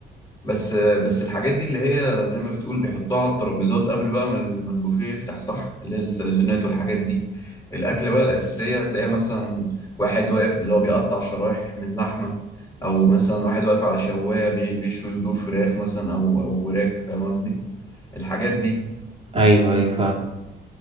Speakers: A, on the left; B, on the right.
A: بس بس الحاجات دي اللي هي زي ما بتقول بيحطوها على الترابيزات قبل بقى ما ال- ما البوفيه يفتح صح اللي هي السلزونات والحاجات دي الأكلة بقى الأساسية هتلاقيها مثلا واحد واقف اللي هو بيقطع شرايح من لحمة أو مثلا واحد واقف على شواية بي- بيشوي صدور فراخ مثلا أو أو وراك فاهم قصدي الحاجات دي
B: ايوه ايوه فاهم